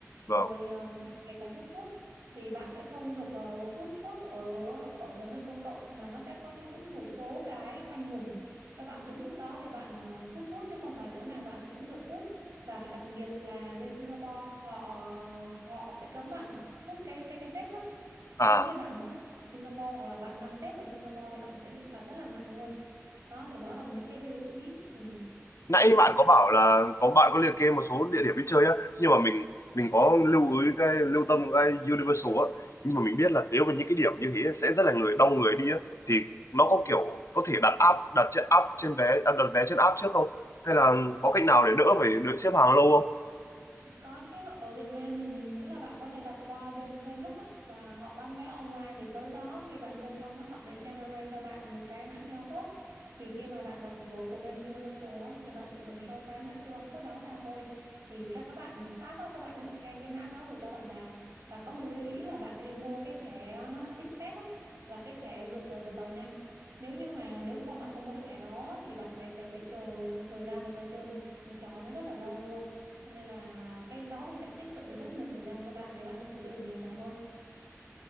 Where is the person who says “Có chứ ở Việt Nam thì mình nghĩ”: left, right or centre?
Right